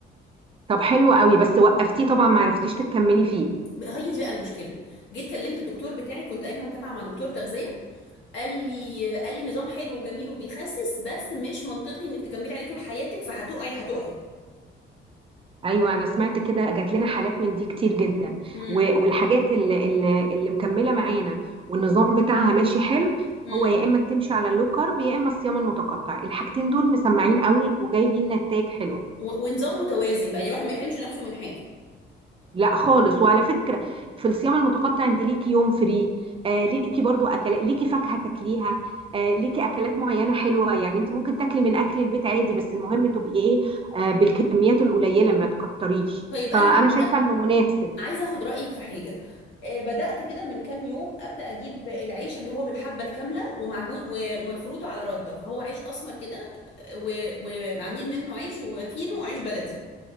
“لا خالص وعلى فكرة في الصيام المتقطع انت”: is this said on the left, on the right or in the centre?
Right